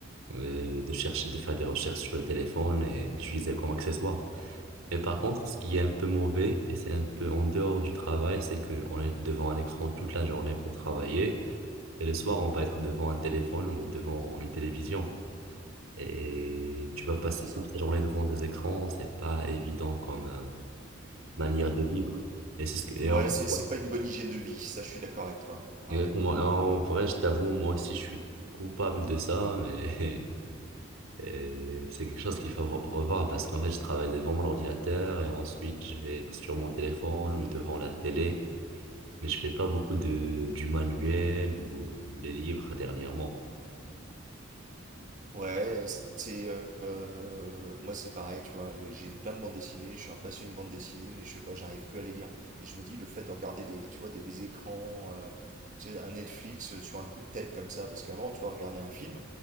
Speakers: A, on the right; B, on the right.
A: euh, de chercher, de faire des recherches sur le téléphone et de l'utiliser comme accessoire. Mais par
B: Mhm.
A: contre, ce qui est un peu mauvais, et c'est un peu en dehors du travail, c'est qu'on est devant un écran toute la journée pour travailler, et le soir, on va être devant un téléphone ou devant une télévision. Et tu vas passer
B: Ouais, c'est ça.
A: toute la journée devant des écrans, c'est pas évident comme euh, manière de vivre. Et c'est ce que, et
B: Ouais,
A: en fait,
B: c'est c'est pas une bonne hygiène de vie, ça je suis d'accord avec toi. Ouais.
A: Exactement. Et en vrai, je t'avoue, moi aussi, je suis coupable de ça, mais <laughs> euh, c'est quelque chose qu'il faut revoir parce qu'en fait, je travaille devant mon ordinateur et ensuite, je vais être sur mon téléphone ou devant la télé, mais je fais pas beaucoup de du manuel ou les livres dernièrement.
B: Ouais, c'est euh, moi c'est pareil, tu vois. J'ai plein de bandes dessinées, je suis un passionné de bandes dessinées, mais je sais pas, j'arrive plus à les lire. Et je me dis le fait de regarder des, tu vois, des, des écrans, euh, tu sais, un Netflix euh, sur un coup de tête comme ça, parce qu'avant, tu vois, regarder un film,